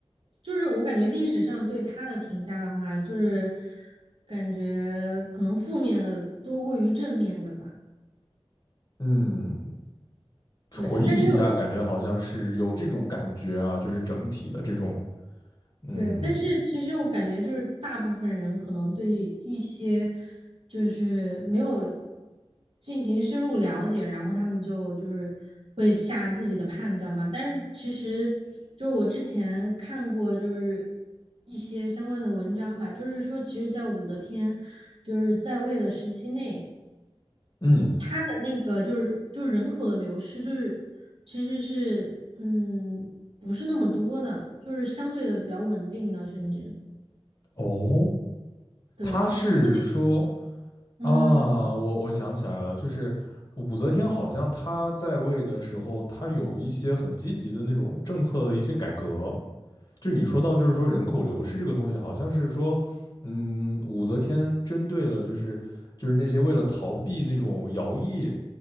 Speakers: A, on the right; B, on the left.
A: 就是我感觉历史上对她的评价的话，就是感觉可能负面的多过于正面的吧。
B: 嗯，
A: 对，
B: 回忆一下，
A: 但是我。
B: 感觉好像是有这种感觉啊，就是整体的这种，嗯
A: 对，但是其实我感觉就是大部分人可能对于一些就是没有进行深入了解，然后他们就就是会下自己的判断嘛。但是其实就是我之前看过就是一些相关的文章吧，就是说其实，在武则天就是在位的时期内，
B: 嗯，
A: 她的那个就是就是人口的流失，就是其实是嗯不是那么多的，就是相对的比较稳定的，甚至。
B: 哦，
A: 对，
B: 他是说
A: 因为嗯，
B: 啊，我我想起来了，就是武则天好像她在位的时候，她有一些很积极的那种政策的一些改革。就你说到，就是说人口流失这个东西，好像是说，嗯，武则天针对了，就是就是那些为了逃避那种徭役，